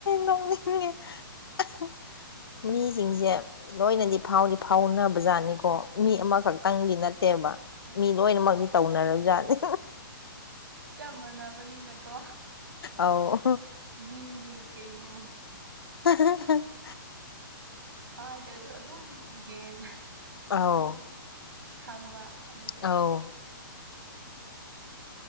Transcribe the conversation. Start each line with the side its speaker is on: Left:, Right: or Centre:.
Left: ꯅꯣꯛꯅꯤꯡꯉꯦ <unintelligible> ꯃꯤꯖꯤꯡꯁꯦ ꯂꯣꯏꯅꯗꯤ ꯐꯥꯎꯗꯤ ꯐꯥꯎꯅꯕ ꯖꯥꯠꯅꯤꯀꯣ ꯃꯤ ꯑꯃꯈꯛꯇꯪꯒꯤ ꯅꯠꯇꯦꯕ
Right: ꯑꯥ
Left: ꯃꯤ ꯂꯣꯏꯅꯃꯛꯗꯤ ꯇꯧꯅꯔꯕꯖꯥꯠꯅꯤ
Right: ꯆꯥꯞ ꯃꯥꯟꯅꯕꯅꯤꯅꯀꯣ
Left: ꯑꯧ
Right: ꯃꯤꯅꯤ ꯀꯩꯅꯣ
Left: <inaudible>
Right: ꯍꯥꯏꯗ꯭ꯔꯥꯁꯨ ꯑꯗꯨꯝ ꯍꯦꯟꯅ
Left: ꯑꯧ
Right: ꯑꯗꯨꯝ ꯈꯪꯕ ꯑꯗꯨꯒꯤ
Left: ꯑꯥꯎ